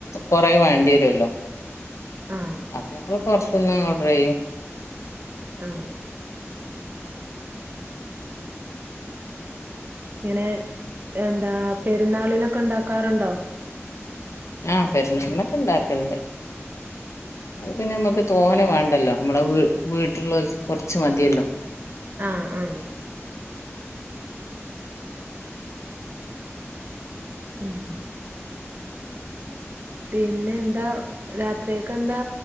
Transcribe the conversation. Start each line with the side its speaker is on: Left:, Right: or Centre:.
Left: കൊറേ വേണ്ടിയെരുല്ലോ
Right: ആഹ്
Left: അപ്പ പ്പം പൊർത്ത്ന്ന് ഓർഡറെ യ്യും
Right: ആ ങ്ങനെ എന്താ പെരുന്നാളിനൊക്കെ ണ്ടാക്കാറുണ്ടോ
Left: ആ പെർന്നാൾനൊക്കെ ണ്ടാക്കൽന്റ് അഹ് പിന്നെ മ്മക്ക് തോനെ വാണ്ടല്ലോ മ്മളെ വീ വീട്ട്ള്ളോൽക്ക് കൊർച്ച് മത്യല്ലോ
Right: ആ ആ ഉം പിന്നെന്താ രാത്രിയൊക്കെന്താ